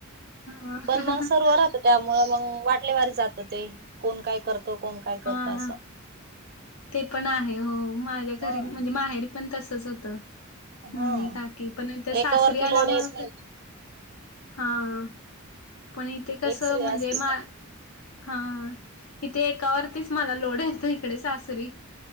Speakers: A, on the left; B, on the right.
A: हा
B: पण मग सर्व राहत त्यामुळे मगं वाट कोणत्या वारी जात होते ते कोण काय करतो कोण काय करतं
A: हा
B: असं.
A: ते पण आहे हो माझ्या घरी
B: ह
A: म्हणजे माहेरी पण तसचं होतं. मम्मी
B: ह
A: काकी पण त्या सासरी
B: एकावरती
A: आल्या
B: लोड
A: मगं.
B: येत नाही
A: हा पण इथे कस
B: एक्सरे
A: म्हणजे
B: असली
A: माहेरी हा इथे एकावरतीच मला लोड येतो इकडे सासरी.